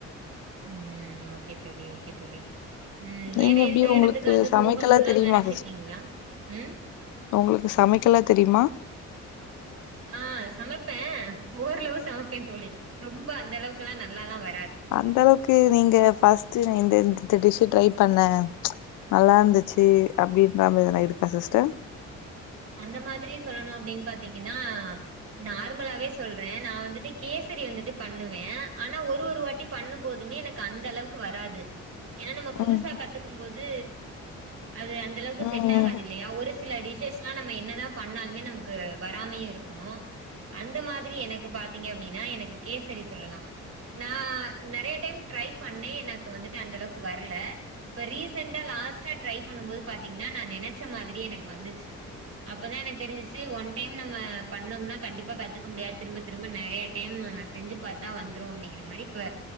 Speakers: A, on the right; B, on the left.
A: ம் ஓகே தோழி ஓகே தோழி ம் வேற
B: நீங்க எப்டி
A: எந்த எடத்துக்காது
B: உங்களுக்கு சமைக்கலா
A: போகணுன்லா
B: தெரியுமா
A: நெனச்சிருக்கீங்ளா ம்
B: ஒங்களுக்கு சமைக்கலா தெரிமா
A: ஆ சமப்பே ஓர்ளவு சமப்பேன் தோழி ரொம்ப அந்த அளவுக்குலா நல்லாலா வர்
B: அந்த அளவ்க்கு நீங்க ஃபஸ்ட்டு நேந்த இந்திந்த டிஸ்ஸு ட்ரை பண்ண நல்லா இருந்துச்சு அப்டின்ற மாரி எதனா இருக்கா சிஸ்டர்
A: அந்த மாதிரி சொல்லணு அப்டின் பாத்தீங்குனா நார்முலாவே சொல்றேன் நான் வந்துட்டு கேஸ் சரி வந்துட்டு பண்ணுவேன் ஆனா ஒரு ஒரு வாட்டி பண்ணும்போதுமே எனக்கு அந்த அளவுக்கு வராது ஏனா நம்ம புதுசா
B: ம்
A: கத்துக்கும் போது அது அந்த அளவ்க்கு
B: ம்
A: செட் ஆகாது
B: ம்
A: இல்லையா ஒரு சில டிஷஸ்லா நம்ம என்னதா பண்ணாலுமே நமக்கு வராமியே இருக்கு அந்த மாதிரி எனக்கு பாத்தீங்க அப்டினா எனக்கு கேசரி சொல்லலா நா நெறைய டைம் ட்ரை பண்ணேன் எனக்கு வந்துட்டு அந்த அளவ்க்கு வர்ல இப்ப ரீசெண்டா லாஸ்ட்டா ட்ரை பண்ணும் போது பாத்தீங்ன்னா நா நெனச்ச மாதிரி எனக்கு வந்துச்சு அப்பதா எனக்கு தெரிஞ்சிச்சு ஒன் டைம் நம்ம பண்ணோம்னா கண்டிப்பா கத்துக்க முடியாது திரும்ப திரும்ப நெறைய டைம் இல் நா செஞ்சு பாத்தா வந்துரு அப்டிங்கிற மாரி இப்ப